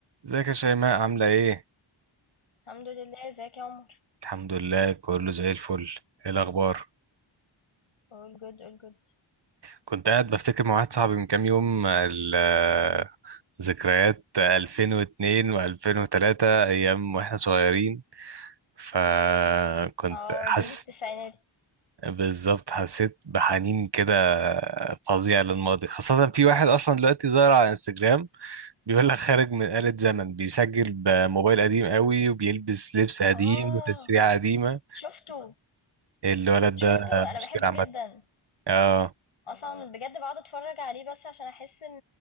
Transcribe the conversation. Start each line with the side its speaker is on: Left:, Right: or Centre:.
Right: ازيك يا شيماء عاملة ايه؟
Left: الحمد لله ازيك يا عمر
Right: الحمد لله كله زي الفل ايه الأخبار؟
Left: all good all good
Right: كنت قاعد بفتكر مع واحد صاحبي من كام يوم ال- آه، ذكريات 2002 و2003 أيام واحنا صغيرين فكنت
Left: اه
Right: حس
Left: جيل التسعينات
Right: بالظبط حسيت بحنين كده فظيع للماضي خاصة في واحد أصلا دلوقتي ظاهر على انستجرام بيقول لك خارج من آلة زمن بيسجل بموبايل قديم قوي وبيلبس لبس قديم
Left: اه
Right: وتسريحة قديمة
Left: شفته
Right: إيه الولد
Left: شفته
Right: ده
Left: انا
Right: مشكلة
Left: بحبه
Right: عامة
Left: جدا
Right: اه
Left: اصلا بجد بقعد اتفرج عليه بس عشان احس ان